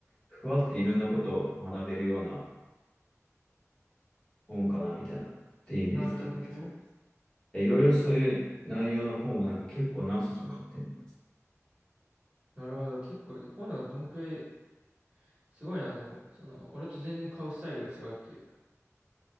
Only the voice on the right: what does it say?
なるほどね。
なるほど。結構、本のどんくらい、すごいな、でも、その、俺と全然買うスタイルが違うっていう。